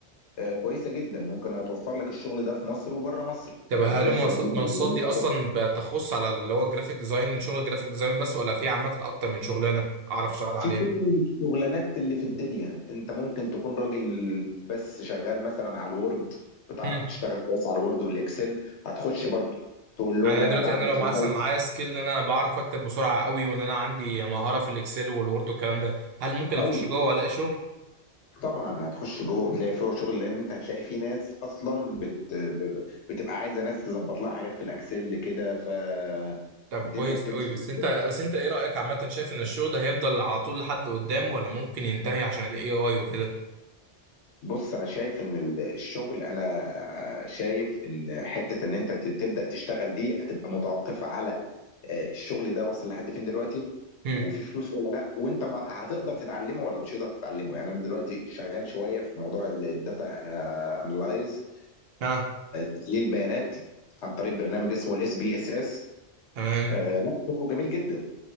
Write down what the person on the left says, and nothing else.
آه، كويسه جدا ممكن هتوفر لك الشغل ده في مصر وبره مصر
يعني
تلاقي
سعوديين
بيكلموك
في كل الشغلانات اللي في الدنيا انت ممكن تكون راجل بس شغال مثلا على الوورد بتعرف
تشتغل كويس على الوورد والاكسل هتخش برضو تقول لهم
انا
بعمل
كذا
حلو
طبعا هتخش جوه وتلاقي فيه شغل لان انت هتلاقي فيه ناس اصلا بت... ب- بتبقى عايزه ناس تظبط لها حاجات في الاكسل كده ف
الدنيا
بتمشي
بس
بص انا شايف ان ال- الشغل انا شايف ان حته ان انت تبدا تشتغل دي هتبقى متوقفه على آه، الشغل ده وصل لحد فين دلوقتي
وفي فلوس ولا لا وانت ما هتقدر تتعلمه ولا مش هتقدر تتعلمه يعني انا دلوقتي شغال شويه في موضوع الداتا انلايز
تحليل بيانات عن طريق برنامج اسمه الاس بي اس اس
لا شغله جميل جدا